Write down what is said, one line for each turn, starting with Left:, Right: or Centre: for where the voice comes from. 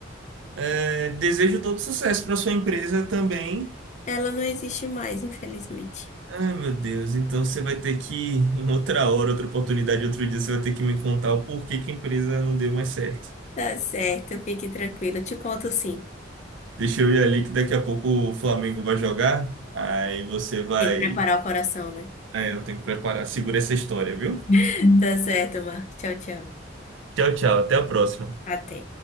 Right: É, desejo todo sucesso para sua empresa também.
Left: Ela não existe mais, infelizmente.
Right: Ai, meu Deus, então você vai ter que, em outra hora, outra oportunidade, outro dia, você vai ter que me contar o porquê que a empresa não deu mais certo.
Left: Tá certo, fique tranquila. Te conto sim.
Right: Deixa eu ir ali que daqui a pouco o Flamengo vai jogar. Aí você vai.
Left: Tem que preparar o coração, né?
Right: É, eu tenho que preparar. Segura essa história, viu?
Left: <laughs> Tá certo, Marco. Tchau, tchau.
Right: Tchau, tchau. Até a próxima.
Left: Até.